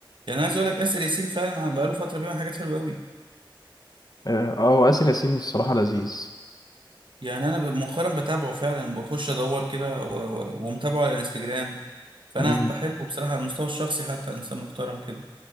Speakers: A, on the right; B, on the left.
A: يعني انا عايز اقول لك اسر ياسين فعلا أنا بقاله فتره بيعمل حاجات حلوه قوي
B: اه آه، هو آسر ياسين الصراحة لذيذ
A: يعني انا ب- مؤخرا بتابعه فعلا بخش ادور كده و- و- ومتابعه على الانستجرام فانا
B: مم.
A: بحبه بصراحه على المستوى الشخصي حتى انسان محترم كده